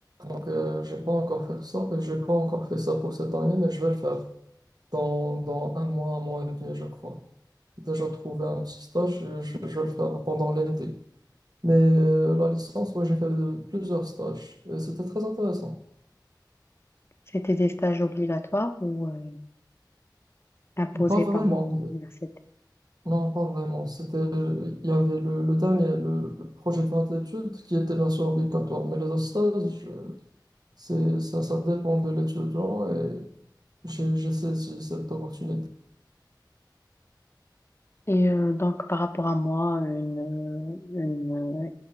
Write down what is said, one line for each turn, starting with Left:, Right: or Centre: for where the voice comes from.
Right: Donc, euh, j'ai pas encore fait ça. euh, J'ai pas encore fait ça pour cette année, mais je vais le faire dans, dans un mois, un mois et demi, je crois. J'ai Déjà trouvé un petit stage, euh, je, je vais le faire pendant l'été. Mais euh, la licence, ouais, j'ai fait de- plusieurs stages. et C'était très intéressant.
Left: C'était des stages obligatoires ou euh, imposés
Right: Pas vraiment.
Left: par l'université?
Right: Non, pas vraiment. C'était, il y avait le, le dernier, le, le projet de fin d'études, qui était bien sûr obligatoire. Mais les autres stages, euh, c'est, ça, ça dépend de l'étudiant et j'ai j'ai saisi cette opportunité.
Left: Et euh, donc, par rapport à moi, une, euh, une, euh,